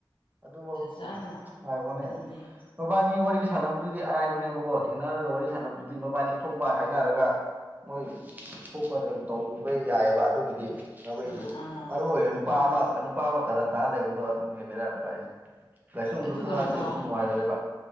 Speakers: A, on the right; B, on the left.
A: ꯑꯗꯨꯒ
B: ꯐꯖꯅ
A: ꯆ ꯉꯥꯏꯈꫭꯅꯦ
B: ꯑꯗꯨꯅꯦ
A: ꯃꯕꯥꯅꯤ ꯋꯥꯔꯤ ꯁꯥꯟꯅꯕꯗꯨꯗꯤ ꯑꯔꯥꯏꯕꯅꯦꯕꯀꯣ ꯊꯦꯡꯅꯔꯒ ꯋꯥꯔꯤ ꯁꯥꯟꯅꯕꯗꯨꯗꯤ ꯃꯕꯥꯅꯤ ꯊꯣꯛꯄ ꯍꯥꯏꯅꯔꯒ, ꯃꯣꯏ ꯊꯣꯛꯄ ꯇꯧꯈꯤꯕ ꯌꯥꯏꯕ ꯑꯗꯨꯒꯤꯗꯤ꯫ <unintelligible>
B: ꯑꯥ ꯑꯥ
A: ꯃꯔꯨ ꯑꯣꯏ ꯅꯨꯄꯥ
B: ꯑꯥ
A: ꯑꯃ ꯅꯨꯄꯥ ꯑꯃ ꯀꯔꯟ ꯇꯥ ꯂꯩꯕꯗꯣ ꯑꯗꯨꯅꯦ ꯕꯤꯔꯥ ꯀꯥꯏꯁꯦ ꯀꯥꯏꯆꯨꯂꯨꯡꯁꯨ
B: ꯑꯗꯨ
A: ꯈꯪꯉꯛꯑꯗꯤꯀꫭ
B: ꯀꯔꯟꯇꯥ
A: ꯑꯃꯨꯛ ꯅꯨꯡꯉꯥꯏꯔꯣꯏꯕ꯫